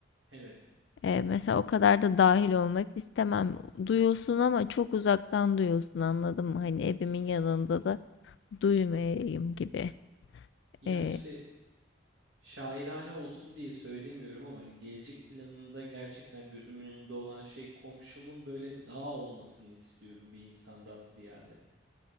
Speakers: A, on the right; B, on the left.
A: evet.
B: Ee, mesela o kadar da dahil olmak istemem. Duyulsun ama çok uzaktan duyulsun anladın mı? Hani evimin
A: Hı hı.
B: yanında da duymayayım gibi.
A: Ya
B: Ee,
A: işte Şairane olsun diye söylemiyorum ama hani gelecek planında gerçekten gözümün önünde olan şey komşumun böyle dağ olmasını istiyorum bir insandan ziyade.